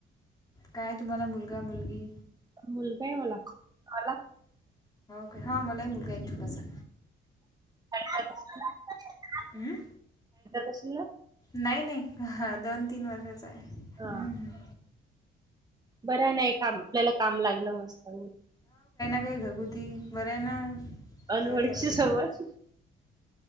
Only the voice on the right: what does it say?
मुलगा आहे मला मला.
का
गसया
हा
बरं नाही का आपल्याला काम लागलं मस्त.
अनवळखी
सोबत